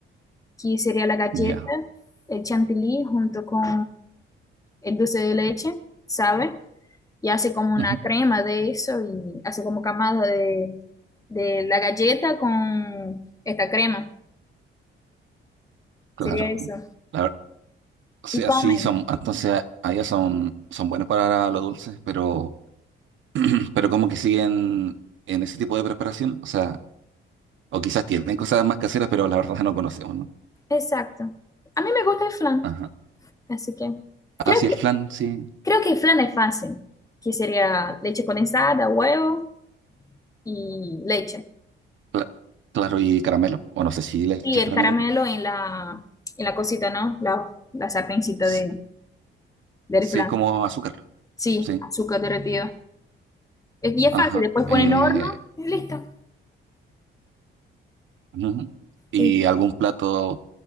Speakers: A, on the left (about 15°); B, on the right (about 65°).
A: que sería la galleta,
B: ya,
A: el chantilly junto con el dulce de leche, ¿sabe? Y hace como una
B: Ujú,
A: crema de eso y hace como camada de, de la galleta con esta crema.
B: Claro.
A: Sería eso.
B: La ver- o sea,
A: Y comen.
B: sí, son, entonces a- a son, son buenas para lo dulce, pero, <clears throat> pero como que siguen en ese tipo de preparación, o sea, o quizás tienen cosas más caseras, pero la verdad no conocemos, ¿no?
A: Exacto. A mí me gusta el flan,
B: Ajá.
A: así que
B: Ah,
A: creo
B: sí,
A: que,
B: el flan, sí,
A: creo que el flan es fácil, que sería leche condensada, huevo y leche.
B: cla- claro, y caramelo, o no sé si le echas
A: Sí, el
B: caramelo.
A: caramelo en la, en la cosita, ¿no? La, la sartencita
B: S-
A: de, del
B: Sí,
A: flan.
B: es como azúcar.
A: Sí,
B: Sí,
A: azúcar derretido. Es- Y es
B: ajá.
A: fácil, después
B: Eh,
A: ponen horno y listo.
B: ujú. Y
A: Sí,
B: algún plato,